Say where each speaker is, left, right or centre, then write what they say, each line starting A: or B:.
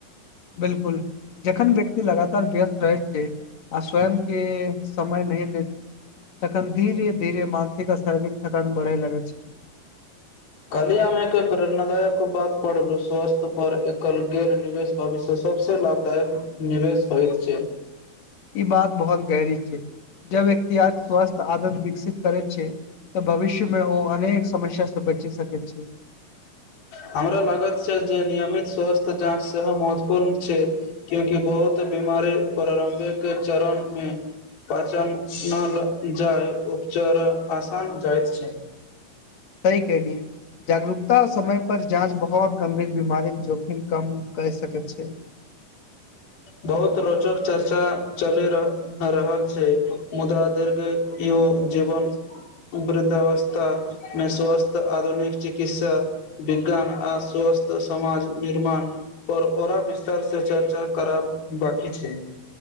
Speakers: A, on the left; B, on the left.
A: बिलकुल जखन व्यक्ति लगातार व्यस्त रहय छै आ स्वयं के समय नहि देत तखन धीरे धीरे मानसिक आ शारीरिक थकान बढ़े लगै छै
B: काल्हि हम एक प्रेरणादायक बात पढ़लहुँ स्वास्थ्य पर एकल गैर निवेश भविष्य सभसँ लाभदायक निवेश पर होइत छै
A: ई बात बहुत गहरी छैक जब व्यक्ति अस्वस्थ आदत विकसित करैत छै तऽ भविष्य में ओ अनेक समस्या से बचि सकैत छै
B: हमरा लागैत छै जे नियमित स्वस्थ जाँच सेहो महत्वपूर्ण छै कियाकि बहुत बीमारी प्रारंभिक चरण मे <unintelligible> पाचन नल जाइ उपचार आसान जाइत छै
A: सही कलियै जागरूकता समय पर जाँच बहुत गंभीर बीमार जोखिम कम करि सकैत छैक
B: बहुत रोचक चर्चा चलि रहल रहल छै मुदा दीर्घ यो जीवन वृद्धावस्थामे स्वस्थ्य आधुनिक चिकित्सा विज्ञान आ स्वस्थ समाज निर्माण पर औरा विस्तार से चर्चा करब बाकी छै